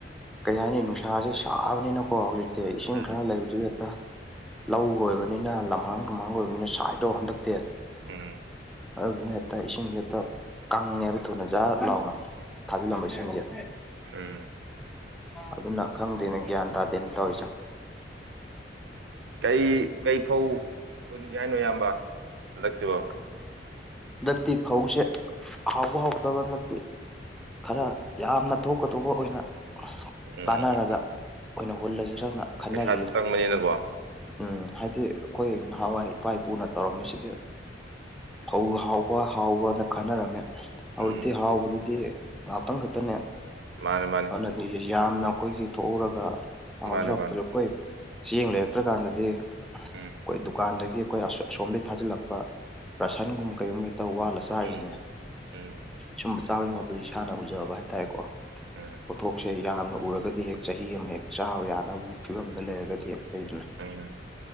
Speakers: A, in the centre; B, on the right.
A: ꯀꯩꯍꯥꯏꯅꯤ ꯅꯨꯡꯁꯥꯖꯨ ꯁꯥꯕꯅꯤꯅꯀꯣ ꯍꯨꯖꯤꯛ ꯇꯤ ꯏꯁꯤꯡ
B: ꯎꯝ
A: ꯈꯔ ꯂꯩꯕꯗꯨ ꯍꯦꯛꯇ ꯂꯧꯒ ꯑꯣꯏꯕꯅꯤꯅ ꯂꯝꯍꯥꯡ ꯇꯨꯝꯍꯥꯡꯒ ꯑꯣꯏꯕꯅꯤꯅ ꯁꯥꯏꯗꯣ ꯍꯟꯗꯛ ꯇꯤ
B: ꯎꯝ
A: ꯑꯗꯨꯗꯨꯅ ꯍꯦꯠꯇ ꯏꯁꯤꯡꯖꯦ ꯍꯦꯠꯇ ꯀꯪꯉꯦꯕ ꯊꯨꯅ ꯖꯠ ꯂꯥꯎꯅ ꯊꯥꯖꯤꯜꯂꯝꯕ ꯢꯁꯤꯡꯖꯦ
B: ꯎꯝ
A: ꯑꯗꯨꯅ ꯈꯪꯗꯦꯅ ꯒ꯭ꯌꯥꯟ ꯇꯥꯗꯦꯅ ꯇꯧꯋꯤꯖꯦ
B: ꯀꯩ ꯀꯩ ꯐꯧ ꯍꯨꯟꯒꯦ ꯍꯥꯏꯅꯣ ꯏꯌꯥꯝꯕ ꯍꯟꯗꯛꯁꯤꯕꯣ
A: ꯗꯛꯇꯤ ꯐꯧꯁꯦ ꯍꯥꯎꯕ ꯍꯥꯎꯇꯕ ꯅꯠꯇꯦ ꯈꯔ ꯌꯥꯝꯅ ꯊꯣꯛꯀꯗꯧꯕ ꯑꯣꯏꯅ
B: ꯎꯝ
A: ꯇꯥꯟꯅꯔꯒ
B: ꯎꯝ ꯎꯝ
A: ꯑꯣꯏꯅ ꯍꯨꯜꯂꯖꯤꯔꯥꯅ ꯈꯟꯅꯔꯤꯌꯦ
B: ꯄꯩꯁꯥꯁꯨ ꯆꯪꯕꯅꯤꯅꯀꯣ
A: ꯎꯝ ꯍꯥꯏꯗꯤ ꯑꯈꯣꯏ ꯅꯍꯥꯋꯥꯏ ꯏꯄꯥ ꯏꯄꯨꯅ ꯇꯧꯔꯝꯃꯤꯁꯤꯗꯤ ꯐ ꯍꯥꯎꯕ ꯍꯥꯎꯕꯅ ꯈꯟꯅꯔꯝꯃꯦ ꯍꯧꯖꯤꯛꯇꯤ
B: ꯎꯝ
A: ꯍꯥꯎꯕꯗꯨꯗꯤ ꯉꯥꯛꯇꯪ ꯈꯛꯇꯅꯦ
B: ꯃꯥꯅꯦ ꯃꯥꯅꯦ
A: ꯑꯗꯨꯅꯗꯤ ꯌꯥꯝꯅ ꯑꯈꯣꯏꯒꯤ ꯊꯣꯛꯍꯧꯔꯒ ꯍꯥꯎꯔꯖꯨ
B: ꯃꯥꯅꯦ
A: ꯍꯥꯎꯇ꯭ꯔꯖꯨ
B: ꯃꯥꯅꯦ
A: ꯑꯈꯣꯏ ꯆꯦꯡ ꯂꯩꯔꯛꯇ꯭ꯔ ꯀꯥꯟꯗꯗꯤ ꯑꯈꯣꯏ
B: ꯎꯝ
A: ꯗꯨꯀꯥꯟꯗꯒꯤ ꯑꯈꯣꯏ ꯑꯁ ꯑꯁꯝꯗꯩ ꯊꯥꯖꯜꯂꯛꯄ ꯔꯁꯟꯒꯨꯝꯕ ꯀꯩꯒꯨꯝꯕ ꯇ ꯋꯥꯜꯂ ꯆꯥꯔꯤꯖꯤꯅꯦ
B: ꯎꯝ ꯎꯝ
A: ꯁꯨꯝꯕ ꯆꯥꯕꯩ ꯃ ꯑꯗꯨ ꯏꯁꯥꯅ ꯎꯖꯕ ꯍꯥꯏꯇꯥꯔꯦꯀꯣ
B: ꯎꯝ
A: ꯄꯣꯠꯊꯣꯛꯁꯦ ꯌꯥꯝꯅ ꯎꯔꯒꯗꯤ ꯍꯦꯛ ꯆꯩ ꯏ ꯑꯃ ꯍꯦꯛ ꯆꯥꯕ ꯌꯥꯅꯕꯒꯤ ꯐꯤꯚꯝꯗ ꯂꯩꯔꯒꯗꯤ ꯍꯦꯛ ꯐꯩꯗꯅ
B: ꯎꯝ